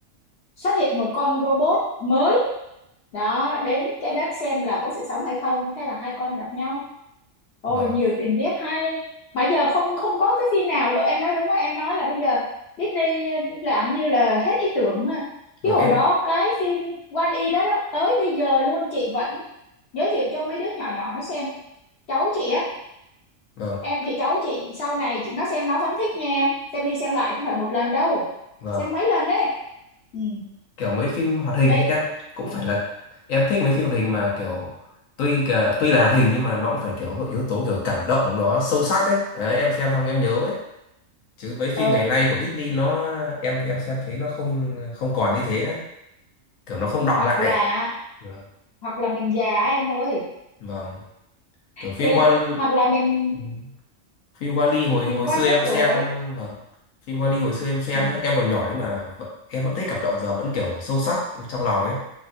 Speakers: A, on the left (about 60°); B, on the left (about 85°).
A: xuất hiện một con robot mới đó đến trái đất xem là có sự sống hay không thế là hai con gặp nhau ôi
B: vâng.
A: nhiều tình tiết hay mà giờ không không có cái phim nào đâu em nói đúng quá em nói là bây giờ Disney làm như là hết ý tưởng ha. chứ
B: Vâng
A: hồi
B: em
A: đó cái phim One E đó đó tới bây giờ luôn chị vẫn giới thiệu cho mấy đứa nhỏ nhỏ nó xem cháu chị á
B: vâng.
A: em thì cháu chị sau này chị nó xem nó vẫn thích nha em xem đi xem lại không phải một lần đâu
B: Vâng.
A: xem mấy lần đấy ừ
B: kiểu mấy phim hoạt hình
A: ấy
B: ấy, em cũng phải là em thích mấy phim hoạt hình mà kiểu tuy cả, tuy là hoạt hình nhưng mà nó cũng phải kiểu có yếu tố kiểu cảm động nó sâu sắc ấy đấy, em xem xong em nhớ ấy chứ mấy phim
A: ừ
B: ngày nay của Disney nó em em xem thấy nó không không còn như thế nữa kiểu nó không đọng
A: hoặc
B: lại
A: là
B: Vâng.
A: hoặc là mình già á em ơi
B: Vâng. Kiểu phim
A: thiệt
B: Wall
A: hoặc là mình
B: Ừ. phim Wall-E hồi
A: mình
B: hồi
A: qua
B: xưa em
A: cái tuổi
B: xem vâng. Phim Wall-E hồi xưa em xem
A: ừ.
B: nhé. Em còn nhỏ nhưng mà vẫn, em vẫn thấy cảm động giờ vẫn kiểu sâu sắc trong lòng ấy.